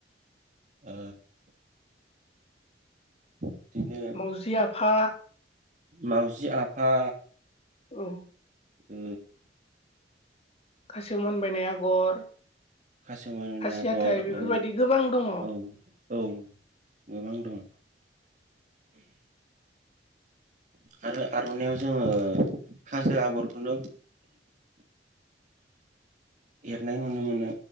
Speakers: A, on the right (about 45°); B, on the left (about 35°).
A: ओ बिदिनो
B: मावजि आफा
A: मावजि आफा
B: औ
A: ओ
B: खासेव मानबायनाय आगर
A: कासेव मानबायनाय
B: खासि
A: आगर
B: हाथाइ बेफोरबायदि
A: औ
B: गोबां दङ
A: औ औ गोबां दं आरो आर'नायाव जोङो हाजो आगरखौनो एरनाय नुनो मोनो